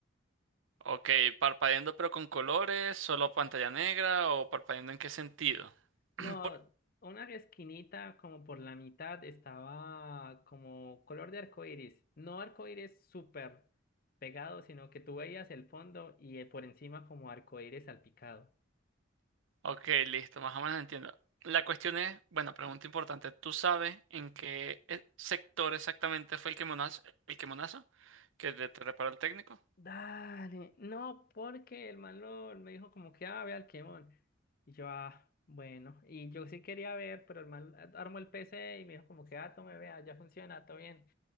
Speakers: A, on the right; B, on the left.
A: Ok, parpadeando pero con colores, solo pantalla negra o parpadeando en qué sentido?
B: No,
A: <clears throat> Por-
B: una esquinita como por la mitad estaba como color de arco iris, no arco iris súper pegado, sino que tú veías el fondo y eh, por encima como arco iris salpicado.
A: Ok, listo, más o menos entiendo. La cuestión es, bueno, pregunta importante, ¿tú sabes en qué eh, sector exactamente fue el quemonazo, el quemonazo que te, te reparó el técnico?
B: Dale, no, porque el malo me dijo como que, ah, ve al Kemon. Y yo, ah, bueno, y yo sí quería ver, pero el man armó el PC y me dijo como que, ah, tome, vea, ya funciona, todo bien.